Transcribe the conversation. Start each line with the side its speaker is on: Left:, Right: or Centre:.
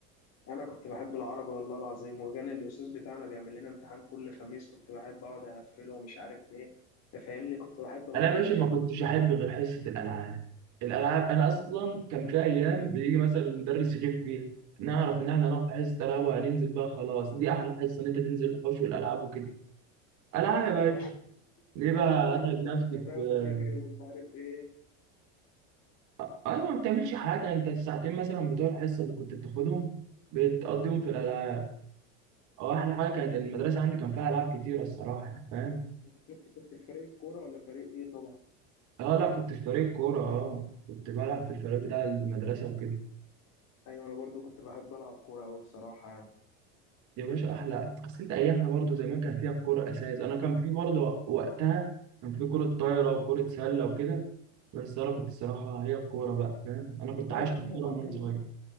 Left: انا كنت بحب العربي والله العظيم وكان الاستاذ بتاعنا بيعمل لنا امتحان كل خميس كنت بحب اقعد اقفله ومش عارف ايه انت فاهمني كنت بحب العربي
Right: انا يا باشا ما
Left: يعني
Right: كنتش احب غير حصه الالعاب الالعاب انا اصلا كان في ايام بيجي مثلا المدرس يغيب فيها نعرف ان احنا هناخد حصه العاب وهننزل بقى خلاص دي احلى حصه ان انت تنزل الحوش والالعاب وكده العاب يا باشا
Left: ايوه يا عم،
Right: ليه بقى
Left: تقعد تفرق
Right: اتعب نفسي
Left: بقى انت فاهم
Right: في
Left: وتجري ومش عارف ايه
Right: آه، ايوه ما بتعملش حاجه انت الساعتين مثلا بتوع الحصه اللي كنت بتاخدهم بتقضيهم في الالعاب اه احلى حاجه كانت المدرسه عندي كان فيها العاب كتيره الصراحه يعني فاهم
Left: انت كنت كنت في فريق كوره ولا فريق ايه طبعا
Right: اه لا كنت في فريق كوره اه كنت بلعب في الفريق بتاع المدرسه وكده
Left: ايوه انا برضه كنت بحب العب كوره أوي بصراحه يعني
Right: يا باشا احلى اصل انت ايامها برضو زمان كان فيها الكوره اساس انا كان في برضو وقتها كان في كوره طايره وكوره سله وكده بس انا كنت صراحه هي الكوره بقى فاهم انا كنت عايش
Left: ايوه يا
Right: في
Left: عم
Right: الكوره
Left: وبعدين
Right: من وانا صغير